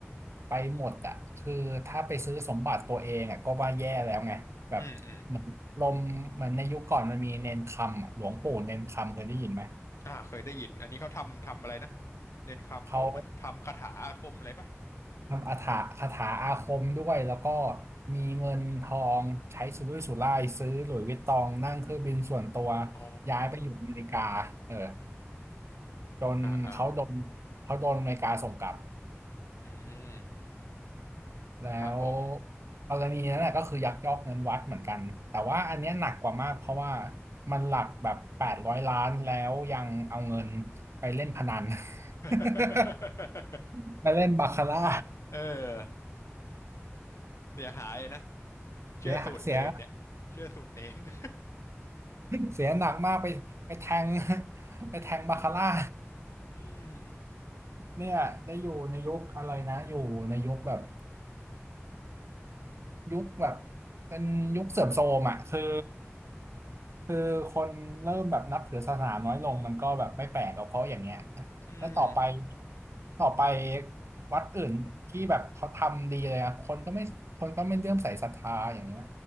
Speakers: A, on the right; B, on the left.
A: ไปหมดอ่ะคือถ้าไปซื้อสมบัติตัวเองอ่ะก็ว่าแย่แล้วไงแบบเหมือนลมเหมือนในยุคก่อนมันมีเนนคำอะหลวงปู่เนนคำเคยได้ยินไหม
B: อืมอืมอ่าเคยได้ยินอันนี้เขาทำทำอะไรนะเนนคำเขาเหมือนทำคาถาอาคมอะไรปะ
A: เขาทำอาถรรพ์คาถาอาคมด้วยแล้วก็มีเงินทองใช้สุรุ่ยสุร่ายซื้อหลุยส์วิตตองนั่งเครื่องบินส่วนตัว
B: อ๋อ
A: ย้ายไปอยู่อเมริกาเออจนเขาโดน
B: อ่าอ่า
A: เขาโดนอเมริกาส่งกลับ
B: อืม
A: แล้ว
B: ครับผม
A: กรณีนั้นแหละก็คือยักยอกเงินวัดเหมือนกันแต่ว่าอันเนี้ยหนักกว่ามากเพราะว่ามันหลักแบบแปดร้อยล้านแล้วยังเอาเงินไปเล่นพนัน
B: <laughs>
A: <laughs> ไปเล่นบาคาร่า
B: เออเสียหายนะเชื่อสูตรเนนเนี่ยเชื่อสูตรเนน
A: เสียเสีย
B: <laughs>
A: เสียหนักมากไปไปแทงไปแทงบาคาร่า <laughs>
B: อืม
A: เนี่ยได้อยู่ในยุคอะไรนะอยู่ในยุคแบบ <laughs> ยุคแบบเป็นยุคเสื่อมโทรมอ่ะคือ คือคนเริ่มแบบนับถือศาสนาน้อยลงมันก็แบบไม่แปลกหรอกเพราะอย่างเงี้ยนะแล้วต่อไป
B: อืม
A: ต่อไปวัดอื่นที่แบบเขาทำดีเลยอะคนก็ไม่คนก็ไม่เลื่อมใสศรัทธาอย่างเงี้ย